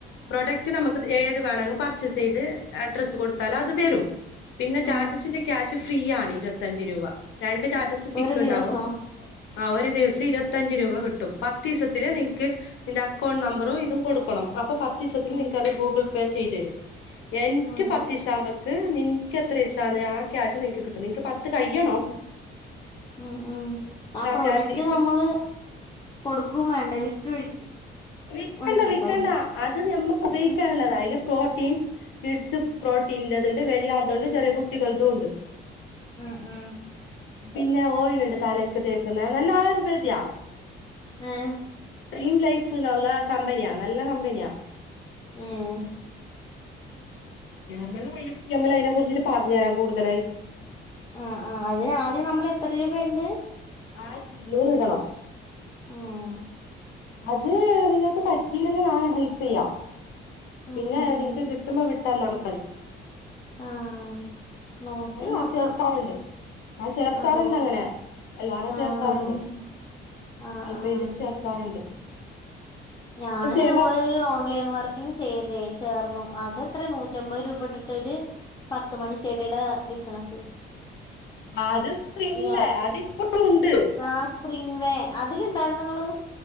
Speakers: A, on the left; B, on the left.
A: പ്രോഡക്റ്റ് നമുക്ക് ഏത് വേണമെങ്കിലും പർച്ചേസ് ചെയ്ത് അഡ്രസ്സ് കൊടുത്താലും അത് വരും പിന്നെ ടാറ്റസിന്റെ
B: ഉം
A: ക്യാഷ് ഫ്രീ ആണ് ഇരുപത്തഞ്ച് രൂപ രണ്ട് ടാറ്റസ് പിക്ക്
B: ഒരു
A: ഉണ്ടാവും
B: ദിവസം
A: ആഹ് ഒരു ദിവസം ഇരുപത്തഞ്ച് രൂപ കിട്ടും പത്ത് ദിവസത്തില് നിങ്ങക്ക് നിന്റെ അക്കൗണ്ട് നമ്പറും ഇതും കൊടുക്കണം അപ്പൊ പത്ത് ദിവസത്ത
B: ഉം
A: നിങ്ങക്ക്ത് ഗൂഗിൾ പേ ചെയ്തു തരും എനിക്ക്
B: അതെ
A: പത്ത് ദിവസകുമ്പ ക്ക് നിനക്ക് എത്ര ദിവസമാണ് ആ ക്യാഷ് നിങ്ങക്ക് കിട്ടും നിക്ക് പത്ത് കഴ്യണം
B: ഉം ഉം ആ പ്രൊഡക്റ്റ്
A: ക്യാഷ് ഇപ്പൊ
B: നമ്മള് കൊടുക്കും വേണ്ടേ വിറ്റൊഴി
A: വിൽക്കണ്ട
B: ഒഴിക്കണ്ടേ
A: വിക്കണ്ട അത് നമ്മക്ക് ഉപയോഗിക്കാനുള്ളത്
B: ഉം
A: അതില് പ്രോട്ടീൻ കി ഡ്സ് പ്രോട്ടീനിതുണ്ട് വല്യ ആൾ അതുംണ്ട് ചെറിയ കുട്ടികൾതും ഉണ്ട്
B: ആ ആ
A: പിന്നെ ഓയിലണ്ട് തലക്ക് തേക്കുന്ന നല്ല ആയുർവേദിയ
B: ഏഹ്
A: ഡ്രീം ലൈഫ് എന്നുള്ള കമ്പനിയാ നല്ല കമ്പനിയാ
B: ഉം
A: നമ്മള് അതിനെകുറിച്ചിട്ട് പറഞ്ഞരാം കൂടുതലായി
B: ആഹ് ആഹ് അതിന് ആദ്യം നമ്മൾ എത്ര രൂപ ഉണ്ട്
A: ആയിരത്തി ഇരുന്നൂറ് ഇടണം.
B: ഉം
A: അത് നിങ്ങൾക്ക് പറ്റില്ലെങ്കിൽ ഞാന് ഹെൽപ് ചെയ്യാം.
B: ഉം
A: പിന്നെ
B: ഉം
A: നിങ്ങക്ക് കിട്ടുമ്പോ വിട്ടാന്നാ മതി. പരിങ്ങനെ
B: ആഹ് നോക്കി
A: ഞാന്
B: നോക്കാം
A: ചേർക്കാണ്ട്. ആ ചേർത്താറുണ്ട്
B: അതെ
A: അങ്ങനെ, എല്ലാരും ചേർത്താറുണ്ട്
B: ആഹ് ആഹ് ആഹ്
A: അല്പം
B: ആഹ്
A: ഇതിൽ ചേർത്താറുണ്ട്.
B: ഞാന്
A: സേവ
B: ഇതുപോലെ ഒരു ഓൺലൈൻ വർ ക്കിൻ ചെയ്തേ ചേർന്നു അതെത്രെ നൂറ്റമ്പത് രൂപ ഇട്ടിട്ടൊര് പത്ത് മണി ചെടിയുടെ ബിസിനസ്
A: അത് സിപ്രിങ്ങ്
B: ഞാ
A: വേ അതിപ്പഴും ഉണ്ട്.
B: ആഹ് സ്പ്രിംഗ് വേ അതിലുണ്ടായിരുന്നങ്ങള്